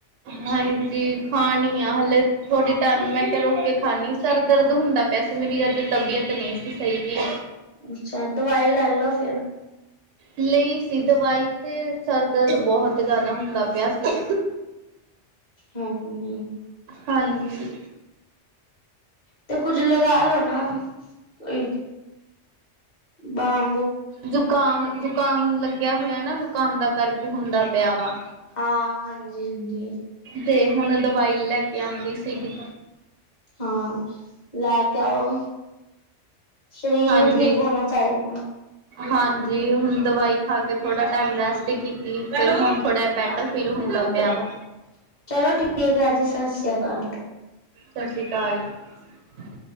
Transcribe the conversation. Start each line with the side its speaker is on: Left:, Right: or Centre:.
Right: ਹਾਂਜੀ। ਖਾਣੀ ਆ ਹਲੇ ਥੋੜ੍ਹੀ ਟਾਈਮ ਮੈਂ ਕਿਹਾ- ਰੋਕ ਕੇ ਖਾਣੀ ਸਰ ਦਰਦ ਹੁੰਦਾ ਪਿਆ। ਵੈਸੇ ਮੇਰੀ ਅੱਜ ਤਬੀਅਤ ਨਹੀਂ ਸੀ ਸਹੀ ਗੀ।
Left: ਅੱਛਾ ਦਵਾਈ ਲੈ ਲੋਓ ਫੇਰ।
Right: ਲਈ ਸੀ ਦਵਾਈ ਤੇ ਸਰ ਦਰਦ ਬਹੁਤ ਜ਼ਿਆਦਾ ਹੁੰਦਾ ਪਿਆ ਸੀ।
Left: ਹਾਂਜੀ
Right: ਹਾਂਜੀ।
Left: ਤੇ ਕੁੱਝ ਲਗਾ ਲੋੋ ਨਾ ।ਕੋਈ ਬਾਹ
Right: ਜ਼ੁਕਾਮ- ਜ਼ੁਕਾਮ ਲੱਗਿਆ ਹੋਇਆ ਨਾ। ਜ਼ੁਕਾਮ ਦਾ ਕਰਕੇ ਹੁੰਦਾ ਪਿਆ ਵਾ।
Left: ਹਾਂ ਹਾਂਜੀ ਹਾਂਜੀ
Right: ਤੇ ਹੁਣ ਦਵਾਈ ਲੈ ਕੇ ਆਉਂਦੀ ਸੀਗੀ।
Left: ਹਾਂ। ਲੈ ਕੇ ਆਓ। ਸਰੀਰ
Right: ਹਾਂਜੀ
Left: ਵੀ ਠੀਕ ਹੋਣਾ ਚਾਹੀਦਾ।
Right: ਹਾਂਜੀ। ਹੁਣ ਦਵਾਈ ਖਾ ਕੇ ਥੋੜਾ ਟਾਈਮ ਰੈਸਟ ਕੀਤੀ। ਫੇਰ ਹੁਣ ਥੋੜ੍ਹਾ ਬੈਟਰ
Left: ਹਾਂਜੀ
Right: ਫੀਲ ਹੋਣ
Left: ਹਾਂਜੀ
Right: ਲੱਗ ਪਿਆ ਵਾ।
Left: ਚਲੋ ਠੀਕ ਆ ਜੀ, ਸਤਿ ਸ੍ਰੀ ਅਕਾਲ।
Right: ਸਤਿ ਸ੍ਰੀ ਅਕਾਲ ।